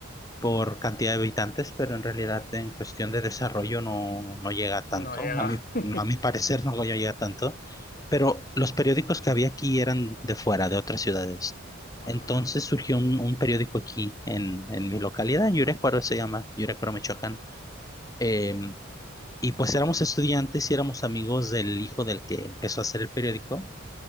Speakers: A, on the left; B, on the left.
A: por cantidad de habitantes, pero en realidad en cuestión de desarrollo no, no llega tanto.
B: No llega.
A: A mi,
B: <laughs>
A: a mi parecer no llega tanto, pero los periódicos que había aquí eran de fuera, de otras ciudades.
B: Ajá.
A: Entonces surgió un, un periódico aquí en, en mi localidad, en Yurecuaro se llama, Yurecuaro, Michoacán. Eh, y pues éramos estudiantes y éramos amigos del hijo del que empezó a hacer el periódico